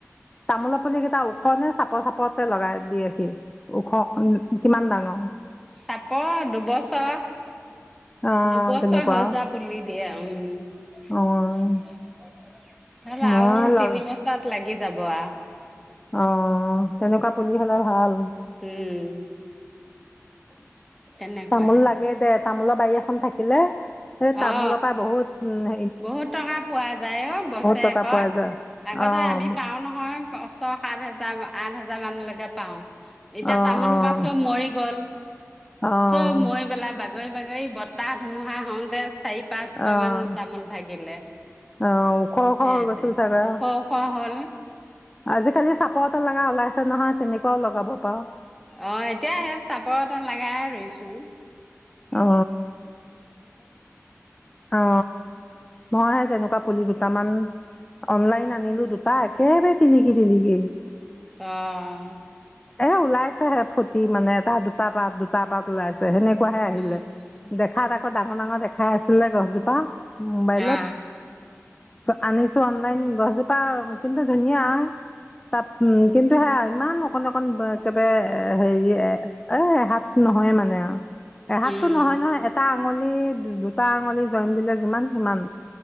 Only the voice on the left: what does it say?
তামোলৰ পুলি কেইটা ওখনে চাপৰ চাপতে লগাই দিয়ে সি ওখ কিমান ডাঙৰ
অঁ
তেনেকুৱা
অ', মই
লগ
অ তেনেকুৱা পুলি হলে ভাল
তামোল লাগে দে তামোলৰ বাৰী এখন থাকিলে সেই তামোলৰ
পৰাই বহুত উন
টকা পোৱা যায়।
অ',
অ',
অ',
অ'।
অ',
অ', ওখ ওখ
হৈ গৈছিল চাগে
আজিকালি চাপৰ এ লগা ওলাইছে নহয় তেনেকুৱও লগাব পাৰ
অ অ মই সেই তেনেকুৱা পুলি দুটামান অনলাইন আনিলোঁ দুটা একেবাৰে টিলিকি টিলিকি।
এ ওলাইছেহে ফুটি মানে তাৰ দুটা পাত দুটা পাত ওলাইছে সেনেকুৱা হে।
দেখাত আকৌ ডাঙৰ ডাঙৰ দেখাই আছিলে গছজোপা। মোবাইলত
আনিছো অনলাইন গছজোপা কিন্তু ধুনীয়া, তাপ উম কিন্তু সেয়া ইমান অকণ অকন একেবাৰে হেৰি এ সাত ন নহয় মানে আৰু। এহাতটো
নহয় নহয় এটা আঙুলি দুটা আঙুলি জইন দিলে যিমান সিমান।